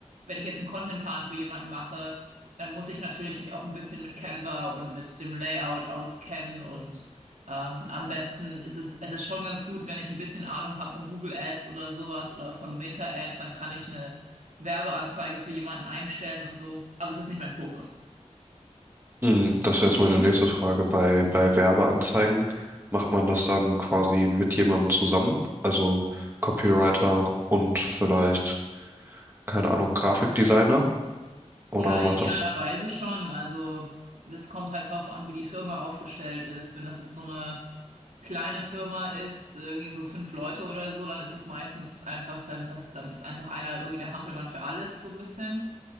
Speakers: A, on the right; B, on the right.
A: wenn ich jetzt einen Contentplan für jemanden mache, dann muss ich natürlich mich auch ein bisschen mit Canva und mit dem Layout auskennen und ähm, am besten ist es, es ist schon ganz gut, wenn ich ein bisschen Ahnung habe von Google Ads oder sowas oder von Meta Ads, dann kann ich eine Werbeanzeige für jemanden einstellen und so, aber es ist nicht mein Fokus.
B: Hm, Das wäre jetzt meine nächste Frage. Bei, bei Werbeanzeigen macht man das dann quasi mit jemandem zusammen? Also Copywriter und vielleicht, keine Ahnung, Grafikdesigner? Oder
A: Ja,
B: macht
A: idealerweise
B: das?
A: schon. Also es kommt halt drauf an, wie die Firma aufgestellt ist. Wenn das jetzt so eine kleine Firma ist, irgendwie so fünf Leute oder so, dann ist das meistens einfach dann, das, dann ist einfach einer irgendwie der Hampelmann für alles so ein bisschen,